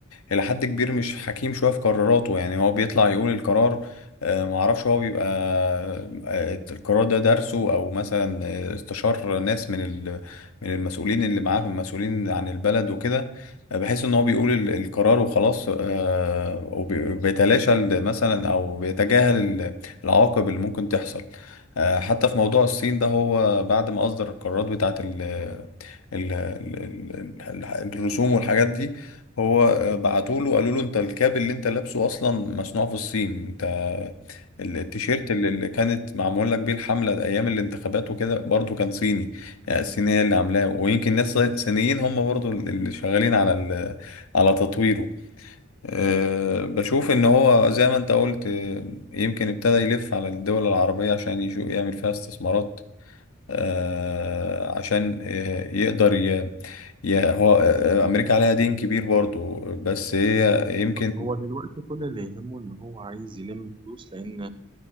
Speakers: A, on the left (about 75°); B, on the right (about 25°).
A: الى حد كبير مش حكيم شويه في قراراته يعني هو بيطلع يقول القرار آه، ما اعرفش هو بيبقى آه، القرار ده درسه او مثلا آه، استشار ناس من ال- من المسؤولين اللي معاه المسؤولين عن البلد وكده آه، بحيث ان هو بيقول ال- القرار وخلاص آه، وبيتلاشى ال- مثلا او بيتجاهل ال- العواقب اللي ممكن تحصل آه، حتى في موضوع الصين ده هو بعد ما أصدر القرارات بتاعة ال ال ال ال الرسوم والحاجات دي هو بعتوا له قالوا له انت الكاب اللي انت لابسه اصلا مصنوع في الصين انت ال- التيشيرت اللي اللي كانت معمول لك بيه الحملة ايام الانتخابات وكده برضو كان صيني يعني الصينية اللي عاملاه ويمكن ناس صينيين هم برضو اللي شغالين على ال- على تطويره أه بشوف ان هو زي ما انت قلت آه، يمكن ابتدى يلف على الدول العربية عشان يشوف يعمل فيها استثمارات أه عشان آه، يقدر ي... ي... هو آه، امريكا عليها دين كبير برضو بس هي يمكن
B: هو دلوقتي كل اللي يهمه إن هو عايز يلم فلوس لأن